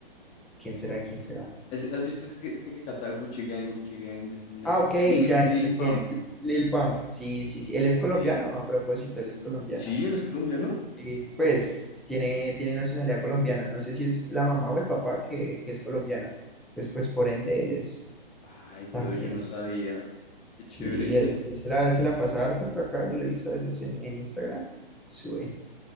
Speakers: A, in the centre; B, on the left.
A: ¿Quién será? ¿Quién será?
B: Es- ¿Has visto ese que, ese que canta Gucci Gang, Gucci Gang? eh, nah,
A: Ah, ok,
B: Lil,
A: ya
B: Lil
A: sé
B: Pump.
A: quién. Lil Pump. Sí, sí, sí. Él es colombiano,
B: Sí.
A: a propósito, él es colombiano.
B: Sí, él es colombiano.
A: Eh, sí, pues tiene, tiene nacionalidad colombiana. No sé si es la mamá o el papá que, que es colombiano. Entonces, pues por ende, él es
B: Ay, bro,
A: también.
B: yo no sabía. Qué
A: Sí,
B: chévere. <laughs>
A: él, él se la, él se la pasa harto por acá. Yo lo he visto a veces en, en Instagram. Sube.